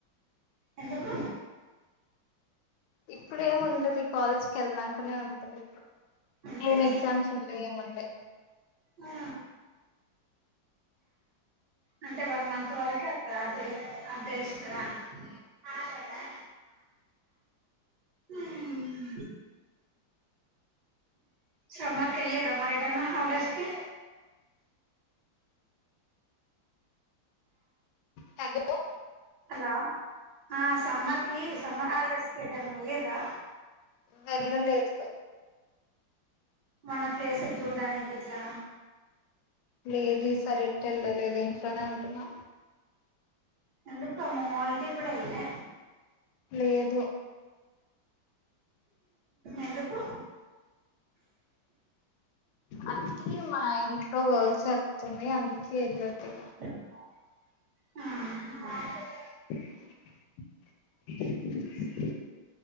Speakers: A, on the right (about 40°); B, on the left (about 80°).
A: ఎందుకు
B: ఇప్పుడు ఏం ఉండది కాలేజ్కి ఎళ్ళినంక నే ఉంటది.
A: అంతేనా
B: ఏం ఎగ్జామ్స్ ఉంటై ఏం ఉండై
A: ఆ అంటే వన్ మంత్ వరకే అత్త అ తెల్ అది తెల్స్తద ఆల ఉమ్ సమర్ కెళ్ళిరా మరి ఎట్ ఎటన్న హల్డేస్కి
B: హలో
A: హలో ఆ సమ్మర్కి సమ్మర్ హాలస్కి ఎటన్నా వెళ్ళిరా?
B: వెళ్లలేదు
A: మన ప్లేస్ చూడడానికి గిట్లా
B: లేదు ఏ ఈసారి ఎట్టెల లేదు ఇంట్లోనే ఉంటున్నా.
A: ఎందుకు అమ్మమ్మ వాళ్ళింటికి కూడా ఎల్లలే?
B: లేదు
A: ఎందుకు?
B: అంటే మా ఇంట్లో వర్క్ జరుగుతుంది, అందుకే ఎళ్లలేదు
A: ఆహ
B: <inaudible>